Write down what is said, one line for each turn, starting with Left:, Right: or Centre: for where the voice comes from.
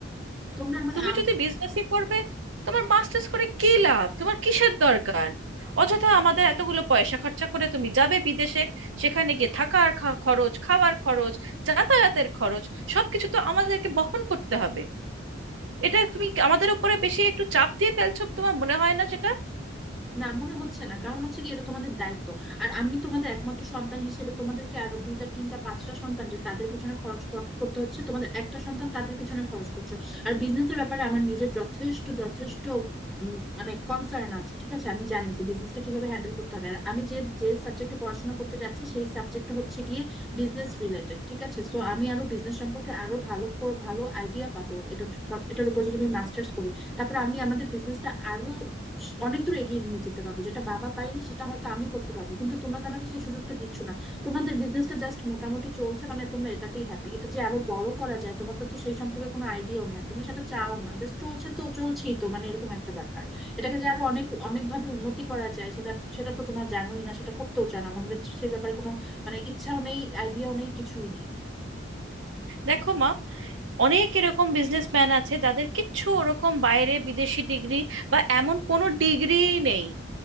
Centre: তোমরা আমাকে
Right: তুমি যদি বিজনেসই করবে তোমার মাস্টার্স করে কি লাভ তোমার কিসের দরকার অযথা আমাদের এতগুলো পয়সা খরচা করে তুমি যাবে বিদেশে সেখানে গিয়ে থাকার খা- খরচ খাওয়ার খরচ যাতায়াতের খরচ সবকিছু তো আমাদেরকে বহন করতে হবে এটা তুমি আমাদের উপরে বেশি একটু চাপ দিয়ে ফেলছো তোমার মনে হয় না সেটা
Centre: না মনে হচ্ছে না কারণ হচ্ছে কি এটা তোমাদের দায়িত্ব আর আমি তোমাদের একমাত্র সন্তান হিসেবে তোমাদেরকে আরো দুইটা তিনটা পাঁচটা সন্তান যে তাদের পিছনে খরচ কর- করতে হচ্ছে তোমাদের একটা সন্তান তাদের পিছনে খরচ করছো আর বিজনেসের ব্যাপারে আমার নিজের যথেষ্ট যথেষ্ট উম, মানে কনসার্ন আছে ঠিক আছে আমি জানি যে বিজনেসটা কিভাবে হ্যান্ডেল করতে হবে আর আমি যে যে সাবজেক্টে পড়াশোনা করতে যাচ্ছি সেই সাবজেক্ট হচ্ছে গিয়ে বিজনেস রিলেটেড ঠিক আছে সো আমি আরো বিজনেস সম্পর্কে আরো ভালো কর- ভালো আইডিয়া পাবো এটা সব- এটার উপর যদি আমি মাস্টার্স করি তারপর আমি আমাদের বিজনেসটা আরো অনেক দূর এগিয়ে নিয়ে যেতে পারবো যেটা বাবা পারেনি সেটা হয়তো আমি করতে পারবো কিন্তু তোমরা তো আমাকে সেই সুযোগটা দিচ্ছ না তোমাদের বিজনেসটা জাস্ট মোটামুটি চলছে মানে তোমরা এটাতেই হ্যাপি এটা যে আরো বড় করা যায় তোমার তো তো সেই সম্পর্কে কোনো আইডিয়াও নেই আর তোমরা সেটা চাও না জাস্ট চলছে তো চলছেই তো মানে এরকম একটা ব্যাপার এটাকে যে আরো অনেক অনেক ভাবে উন্নতি করা যায় সেটা সেটা তো তোমরা জানোই না সেটা করতেও জানো না আমাদের সেই ব্যাপারে কোনো মানে ইচ্ছাও নেই আইডিয়াও নেই কিছুই নেই
Right: দেখো মা অনেক এরকম বিজনেসম্যান আছে যাদের কিচ্ছু ওরকম বাইরে বিদেশি ডিগ্রি বা এমন কোনো ডিগ্রি নেই